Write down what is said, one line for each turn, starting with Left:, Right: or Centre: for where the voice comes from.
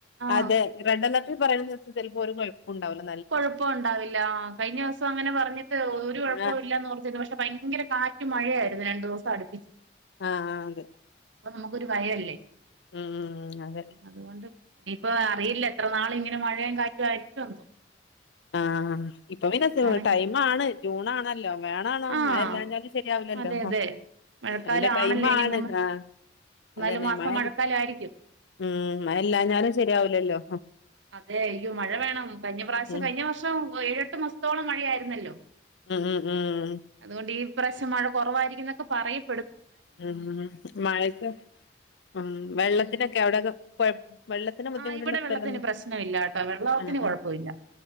Right: ആഹ്
Left: അതെ റെഡലേർട്ടിൽ പറയുന്നട്ത് ചെലപ്പോ ഒരു കൊഴപ്പം ഉണ്ടാവല
Right: കുഴപ്പോണ്ടാവില്ല കഴിഞ്ഞ ദിവസങ്ങനെ പറഞ്ഞിട്ട് ഒരു കുഴപ്പവുല്ലന്ന്
Left: ആഹ്
Right: പറഞ്ഞ് പക്ഷെ ഭയങ്കര കാ മഴയായിരുന്നു രണ്ടുസം അടുപ്പിച്.
Left: ആഹ് അതെ
Right: അപ്പൊ നമുക്കൊരു വയല്ലേ
Left: ഉം അതെ
Right: അതുകൊണ്ട് ഇനിയിപ്പ അറിയില്ല എത്രനാള് ഇങ്ങനെ മഴയും കാറ്റുയിരിക്കും എന്തോ.
Left: ആഹ് ഇപ്പൊവിനന്നേ
Right: എന്താണെങ്കി
Left: ടൈം ആണ് ജൂണണല്ലോ. വേണണം
Right: ആഹ്
Left: മഴല്ലഞ്ഞാലും ശരിയാവില്ലല്ലോ.
Right: അതെ അതെ മഴക്കാലം
Left: അയ്ന്റെ ടൈം
Right: ആണല്ലോ ഇനി
Left: ആണ്
Right: മൂന്ന്
Left: ആ
Right: മൂന്നാല്
Left: അതന്നെ
Right: മാസം
Left: മഴ
Right: മഴക്കാലം ആയിരിക്കും
Left: ഉം മഴല്ലാഞ്ഞാലും ശരിയാവുലല്ലോ.
Right: അതെ യ്യോ മഴ വേണം കഴിഞ്ഞ പ്രാവശ്യ ക്ഷെ
Left: ഉം
Right: കഴിഞ്ഞവർഷം ഏഴെട്ട് മാസത്തോളം മഴയായിരുന്നല്ലോ.
Left: ഉം ഉം ഉം
Right: അതുകൊണ്ട് ഈപ്രാവിശ്യം മഴ കുറവായിരിക്കുന്നൊക്കെ പറയും
Left: മ് മ് മഴക്ക് മ് വെള്ളത്തിനൊക്കെ അവ്ടെകെ കൊയ് വെള്ളത്തിന് ബുദ്ധിമുട്ടുള്ള
Right: ആഹ് ഇവിടെ വെള്ളത്തിന്
Left: സ്ഥലം
Right: പ്രശ്നമില്ലാട്ടോ വെള്ളത്തിന്
Left: ആ
Right: കുഴപ്പമില്ല
Left: ആ.